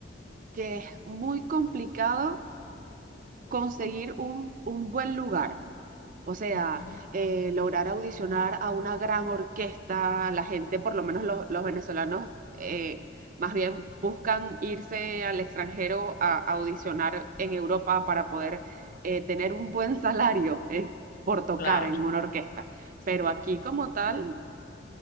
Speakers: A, on the right; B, on the left.
A: que es muy complicado conseguir un, un buen lugar. O sea,
B: Ujú.
A: eh, lograr audicionar a una gran orquesta, la gente, por lo menos los, los venezolanos, eh, más bien buscan irse al extranjero a, a audicionar en Europa para poder eh, tener un buen <laughs> salario eh, por tocar
B: Claro,
A: en una orquesta.
B: sí,
A: Pero aquí
B: sí,
A: como
B: sí.
A: tal...